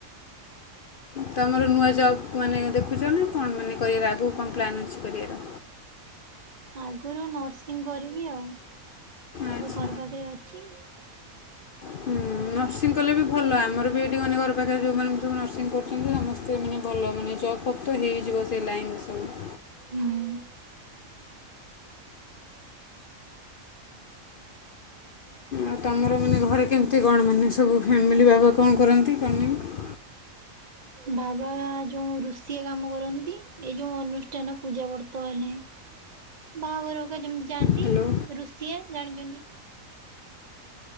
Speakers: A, on the left; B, on the right.
A: ତମର ନୂଆ ଜବ୍ କ ମାନେ ଦେଖୁଛ ନା କଣ, ମାନେ କରିବାର ଆଗକୁ କଣ ପ୍ଲାନ୍ ଅଛି କରିବାର?
B: ଆଗରୁ ନର୍ସିଂ କରିବି ଆଉ
A: ଆଚ୍ଛା
B: ଏବେ ଘର ପାଖରେ ଅଛି।
A: ହୁଁ ଉଁ ନର୍ସିଂ କଲେ ବି ଭଲ। ଆମର ବି ଏଠି ମାନେ ଘର ପାଖରେ ଯେଉଁମାନେ ସବୁ ନର୍ସିଂ କରୁଛନ୍ତି! ସମସ୍ତେ ମାନେ ଭଲ ମାନେ ଜବ୍ ଫବ୍ ତ ହେଇଯିବ ସେ ଲାଇନ ରେ ସବୁ। ହୁଁ।
B: ହୁଁ ଉଁ <inaudible>
A: ଆଉ ତମର ମାନେ ଘରେ କେମିତି କଣ ମାନେ ସବୁ। ଫ୍ୟାମିଲି ବାବା କଣ କରନ୍ତି କଣ ନାହିଁ?
B: ବାବା ଯୋଉ ରୋଷେଇ କାମ କରନ୍ତି। ଏଇ ଯୋଉ ଅନୁଷ୍ଠାନ ପୂଜା ବର୍ତ ହେଲେ। ବାହାଘରଗା ଯେମତି ଯାଆନ୍ତି
A: ହ୍ୟାଲୋ
B: ରୋଷେୟା ଜାଣିଛନ୍ତି।